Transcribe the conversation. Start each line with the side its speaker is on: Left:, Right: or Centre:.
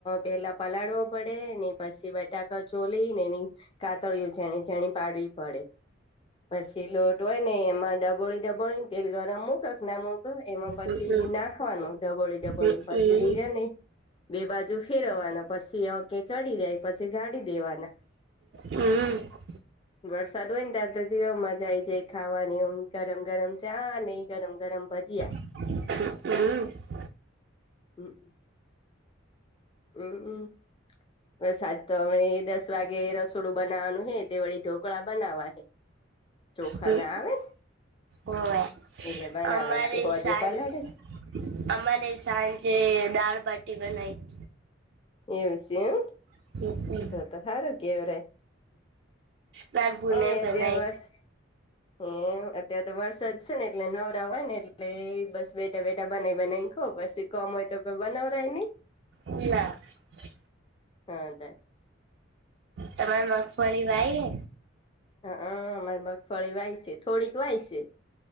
Left: પેલા પલાળવો પડે ને પછી બટાકા સોલી ને એની કાતળિયો જીણી જીણી પાડવી પડે. પછી લોટ હોય ને એમાં ડબોળી ડબોળી ને તેલ ગરમ મૂક કે ને મુક એમાં પછી
Right: હમ
Left: નાખવાનું ડબોળી ડબોળીને
Right: હમ
Left: પછી બે બાજુ ફેરવવાનો પછી પછી ઓકે ચડી જાય પછી જાડી દેવાના
Right: હમ હમ
Left: વરસાદ હોય ને ત્યારે તો જો મજા આઈ જાય ખાવાની ઓમ ગરમ ગરમ ચા અને ગરમ ગરમ ભજીયા
Right: હમ <unintelligible> હમ
Left: હમમ હમમ વરસાદ તો અવે દસ વાગે રસોડું બનાવાનું હે તે વળી ઢોકળા બનાવા હે ચોખાના
Right: હમ
Left: આવે
Right: હોવે
Left: ને એ ર બનાવાશે
Right: અમારે
Left: હજ
Right: સાંજ
Left: પલાળે છે.
Right: અમારે સાંજે દાળબાટી બનાવી
Left: એવું છે એમ
Right: <unintelligible>
Left: તો તો ખારું કેવ ર
Right: માર ભૂને
Left: અમે
Right: બનાઈ
Left: અગિયાર વર્ષ. હ અત્યારે તો વરસાદ છે ને એટલે નવરા હોય ને એટલે બસ બેઠા બેઠા બનાય બનાવી ખઉ પછી કોમ હોય તો કોઈ બનાવરાય નહી.
Right: એ
Left: હા ત
Right: તમારે મગફળી વાય.
Left: હ હ મામારે મગફળી વાય છે થોડીક વાય છે.